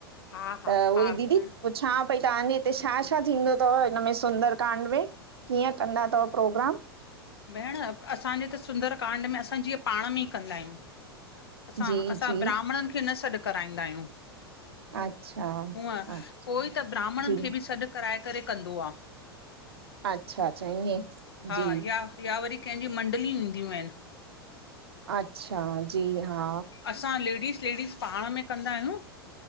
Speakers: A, on the left; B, on the right.
A: हा हा
B: त,
A: हा
B: उअई दीदी।
A: भेण
B: पुछा पई तव्हांजे हिते छा- छा थींदो तव? हिन में सुंदरकांड में कीअं? कंदा तव प्रोग्राम?
A: भेण, असांजे हिते त सुंदरकांड में असां जीअं पाण में ई कंदा आहियूं। असां
B: जी
A: -असां
B: जी
A: ब्राह्मणनि खे न सॾु कराईंदा आहियूं।
B: अच्छा
A: हूअं,
B: अच्छा
A: कोई त ब्राह्मणनि
B: जी
A: खे बि सॾु कराए करे कंदो आ।
B: अच्छा- अच्छा इयें?
A: हा
B: जी।
A: या या वरी कंहिंजी मंडलियु ईंदियूं आहिनि।
B: अच्छा, जी हा।
A: असां लेडीस- लेडीस पांण में कंदा आहियूं